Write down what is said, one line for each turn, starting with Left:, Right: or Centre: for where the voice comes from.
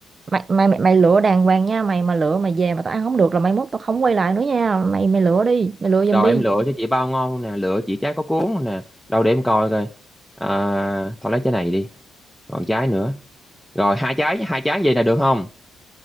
Right: mày mày mày, mày lựa đàng hoàng nha mày mà lựa mày về mà tao ăn không được là mai mốt tao không quay lại nữa nha mày mày lựa đi mày lựa giùm
Centre: rồi
Right: đi
Centre: em lựa cho chị bao ngon nè lựa chị trái có cuốn nè đâu để em coi coi à, thôi lấy trái này đi còn trái nữa rồi hai trái hai trái vậy là được không